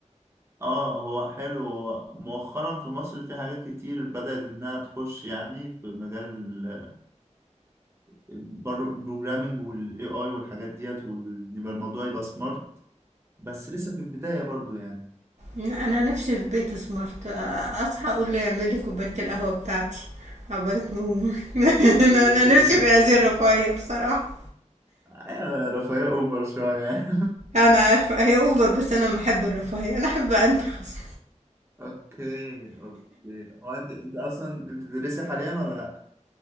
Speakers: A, on the right (about 20°); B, on the right (about 70°).
A: اه هو حلو هو مؤخرا في مصر في حاجات كتير بدأت انها تخش يعني في مجال ال- البر- البروجرامينج والاي اي والحاجات ديت ويبقى الموضوع يبقى سمارت بس لسه في البداية برضو يعني
B: انا نفسي في بيت سمارت اصحى اقول له يعمل لي كوبايه القهوه بتاعتي عقبال ما اقوم <laughs> انا
A: اوكي
B: أنا نفسي في هذه الرفاهيه بصراحه
A: آه، رفاهية اوفر شوية يعني
B: انا عارفه هي اوفر بس انا بحب الرفاهيه انا احب انتخص
A: <laughs> اوكي اوكي هو انت انت اصلا انت بتدرسي حاليا ولا لا؟